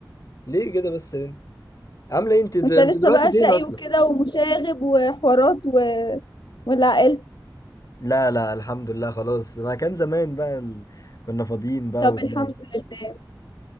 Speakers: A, on the left (about 45°); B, on the left (about 70°).
A: ليه كده بس ليه؟ عامله ايه انت د-
B: وانت
A: انت
B: لسه
A: دلوقتي
B: بقى
A: فين
B: شقي
A: اصلا
B: وكده ومشاغب وحوارات و... ولا اقل
A: لا لا الحمد لله خلاص ما كان زمان بقى ال... كنا فاضيين بقى
B: طب
A: وبنعمل
B: الحمد لله